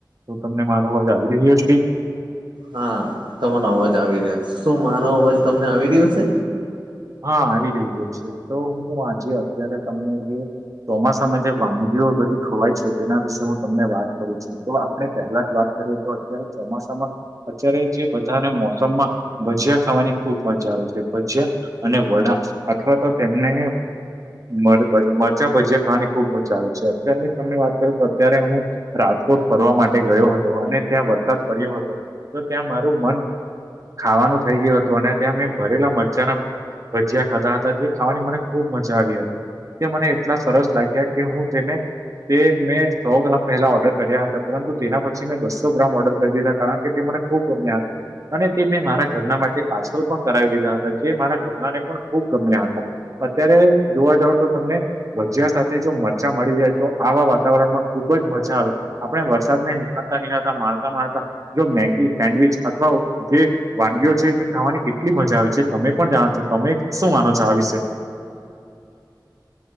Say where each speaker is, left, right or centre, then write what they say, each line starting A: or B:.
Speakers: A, on the right; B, on the right.
A: તો તમને મારો અવાજ આવી રહ્યો હશે
B: હા તમારો અવાજ આવી રહ્યો છે શું મારો અવાજ તમને આવી રહ્યો છે
A: હા આવી રહ્યો છે તો હું આજે અત્યારે તમને જે ચોમાસામાં જે વાનગીઓ બધી ખવાય છે તેના વિશે હું તમને વાત કરું છું તો આપણે પહેલા જ વાત કરીએ તો અત્યારે ચોમાસામાં અત્યારે જે બધાને મોસમમાં ભજીયા ખાવાની ખુબ મજા આવે છે ભજીયા અને વડા અથવા તો તેમને મરચા ભજીયા ખાવાની ખુબ મજા આવે છે અત્યની તમને વાત કરીું તો અત્યારે હું રાજકોટ ફરવા માટે ગયો હતો અને ત્યાં વરસાદ પડ્યો હતો તો ત્યાં મારું મન ખાવાનું થઈ ગયું હતું અને ત્યાં મેં ભરેલા મરચાના ભજીયા ખાતા હતા જે ખાવાની મને ખુબ મજા આવી હતી તે મને એટલા સરસ લાગ્યા કે હું તેને તે મેં સો ગ્રામ પહેલા ઓર્ડર કર્યા હતા પરંતુ તેના પછી મેં બસ્સો ગ્રામ ઓર્ડર કરી દીધા કારણ કે તે મને ખુબ ગમ્યા હતા અને તે મેં મારા ઘરના માટે પાર્સલ પણ કરાવી લીધા હતા જે મારા કરરનારે પણ ખુબ ગમ્યા હતા અત્યારે જોવા જાવ તો તમને ભજીયા સાથે જો મરચાં મળી જાય તો આવા વાતાવરણમાં ખુબ જ મજા આવે આપડણે વરસાદ ને નિહળતા નીહાળતા મારતા મારતા જો મેગી સેન્ડવીિચ અથવા જે વાનગીઓ છે તે ખાવાની કેટલી મજા આવે છે તમે પણ જાણો તો તમે શું માનો છો આ વિશે